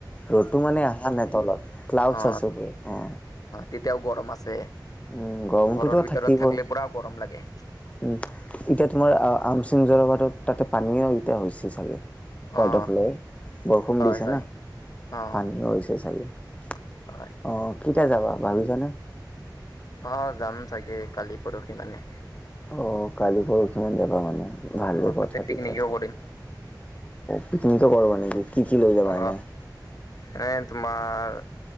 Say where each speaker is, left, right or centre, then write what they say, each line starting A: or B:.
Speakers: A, on the left; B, on the left.
A: ৰ'দটো মানে অহা নাই তলত, ক্লাউডছ
B: অ
A: আছে ওম অ।
B: তেতিয়াও গৰম আছে,
A: উম গৰমটোতো
B: ঘৰৰ ভিতৰত
A: থাকিবই
B: থাকিলে পুৰা গৰম লাগে।
A: উম, এতিয়া তোমাৰ আমচিং জৰবাতত তাতে পানীও এতিয়া হৈছে চাগে।
B: অ
A: ৱাটাৰ ফ্ল'ৰ বৰষুন
B: হয়
A: দিছে
B: হয়
A: ন।
B: অ
A: পানী হৈছে চাগে অ',
B: হয়
A: কেতিয়া যাবা ভাবিছানে?
B: অ', যাম চাগে কালি পৰহি মানে।
A: অ', কালি পৰহিমান যাবা মানে ভাল
B: অ
A: কথা
B: তাতে পিকনিকো
A: দিতি। অ',
B: কৰিম
A: পিকনিকো কৰা নেকি কি কি লৈ যাবা
B: অ
A: এনে?
B: এনে তোমাৰ